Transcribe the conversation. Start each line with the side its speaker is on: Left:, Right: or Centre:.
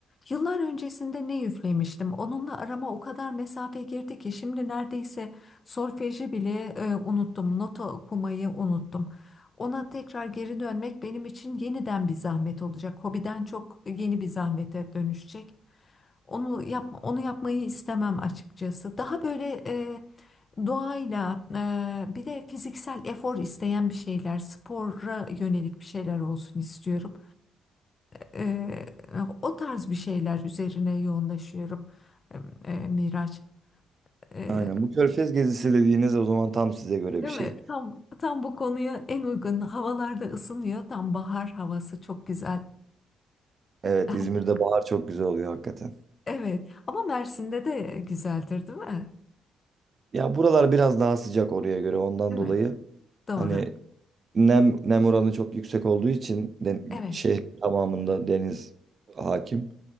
Left: Yıllar öncesinde ne üflemiştim. Onunla arama o kadar mesafe girdi ki şimdi neredeyse solfeji bile e, unuttum. Nota okumayı unuttum. Ona tekrar geri dönmek benim için yeniden bir zahmet olacak. Hobiden çok yeni bir zahmete dönüşecek. Onu yapma, onu yapmayı istemem açıkçası. Daha böyle e, doğayla e, bir de fiziksel efor isteyen bir şeyler, spora yönelik bir şeyler olsun istiyorum. Eee, o tarz bir şeyler üzerine yoğunlaşıyorum eee, Miraç. Eee,
Right: Aynen. Bu Körfez gezisi dediğiniz o zaman tam size göre
Left: değil
Right: bir şey.
Left: mi? Tam tam bu konuya en uygun havalarda ısınıyor. Tam bahar havası çok güzel.
Right: Evet,
Left: Her-
Right: İzmir'de bahar çok güzel oluyor hakikaten.
Left: Evet. Ama Mersin'de de güzeldir, değil mi?
Right: Ya buralar biraz daha sıcak oraya göre ondan
Left: Değil
Right: dolayı
Left: mi? Doğru.
Right: hani nem nem oranı çok yüksek olduğu için de,
Left: Evet.
Right: şehrin tamamında deniz hakim.